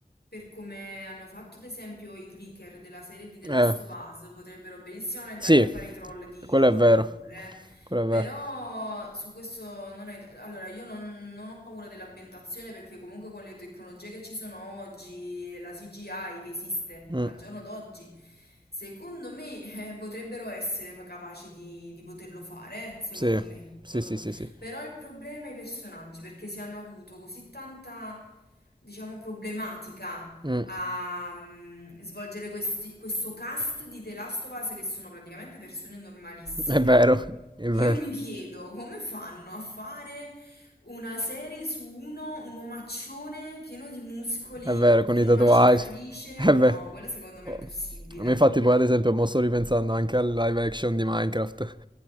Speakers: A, on the left (about 85°); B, on the right (about 30°).
A: per come hanno fatto ad esempio i clicker della serie di The Last
B: Eh,
A: of Us, potrebbero benissimamente
B: sì,
A: anche fare i troll di
B: quello è
A: God
B: vero.
A: of War, eh.
B: Quello è
A: Però
B: vero.
A: su questo non è... Allora, io non, non ho paura dell'ambientazione perché comunque con le tecnologie che ci sono oggi, e la CGI che esiste
B: Mm,
A: al giorno d'oggi, secondo me eh, potrebbero essere capaci di, di poterlo fare, eh, secondo
B: sì,
A: me.
B: sì,
A: God
B: sì,
A: of War.
B: sì, sì.
A: Però il problema è i personaggi, perché si hanno avuto così tanta, diciamo, problematica
B: Mm,
A: a mm, svolgere questi- questo cast di The Last of Us che sono praticamente persone normalissime.
B: è vero, <laughs> è
A: Io
B: vero.
A: mi chiedo come fanno a fare una serie su uno, un omaccione pieno di muscoli
B: È vero,
A: con
B: con i
A: una
B: tatuaggi.
A: cicatrice?
B: <laughs> È
A: No,
B: vero.
A: quello secondo me
B: Oh.
A: è impossibile.
B: A me infatti poi ad esempio mo sto ripensando anche al live action di Minecraft.